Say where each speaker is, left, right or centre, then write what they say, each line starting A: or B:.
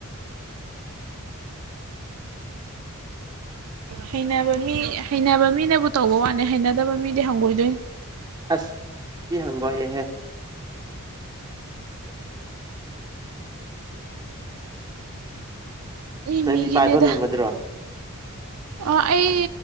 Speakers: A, on the right; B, on the right.
A: ꯍꯩꯅꯕ ꯃꯤ ꯍꯩꯅꯕ ꯃꯤꯅꯕꯨ ꯇꯧꯕ ꯋꯥꯠꯅꯦ ꯍꯩꯅꯗꯕ ꯃꯤꯗꯤ ꯍꯪꯒꯣꯏꯗꯣꯏ
B: ꯑꯁ ꯀ ꯍꯪꯕꯍꯦ
A: ꯃꯤ
B: ꯅꯪꯗꯤ
A: ꯃꯤꯒꯤꯅꯦꯗ
B: ꯄꯥꯏꯕ ꯉꯝꯒꯗ꯭ꯔꯣ
A: ꯑꯩ